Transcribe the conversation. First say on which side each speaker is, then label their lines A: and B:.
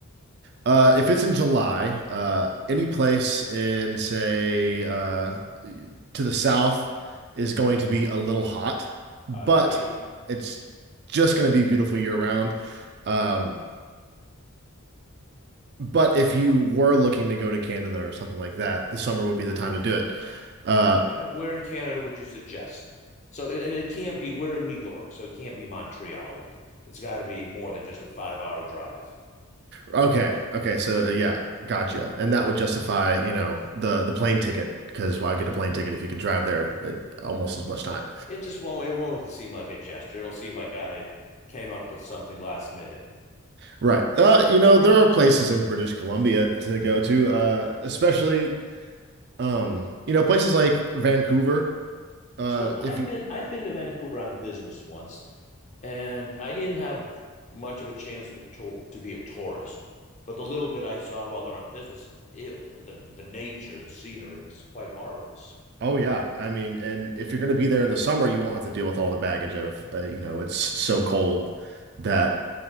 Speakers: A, on the right (about 50°); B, on the left (about 35°).
A: uh, if it's in July, uh, any place in, say, uh, to the south is going to be a little hot, but
B: I agree.
A: it's just going to be beautiful year round. Um, but if you were looking to go to Canada or something like that, the summer would be the time to do it. Uh,
B: Okay. Where in Canada would you suggest? So it, it can't be, we're in New York. So it can't be Montreal. It's got to be more than just a five hour drive.
A: Okay. Okay. So uh, yeah, gotcha. And that would justify, you know, the the plane ticket because why get a plane
B: Yeah.
A: ticket if you can drive there at almost as much time?
B: It just won't, it won't seem like a gesture. It'll seem like I came up with something last minute.
A: Right. Uh, you know, there are places in British Columbia to go to, uh, especially um, you know, places like Vancouver. Uh,
B: So I've
A: if you
B: been I've been to Vancouver on business once, and I didn't have much of a chance to to, to be a tourist. But the little bit I saw while they're on business, it the the nature, the scenery was quite marvelous.
A: Oh yeah, I mean, and if you're going to be there in the summer, you won't have to deal with all the baggage of, uh, you know, it's so cold that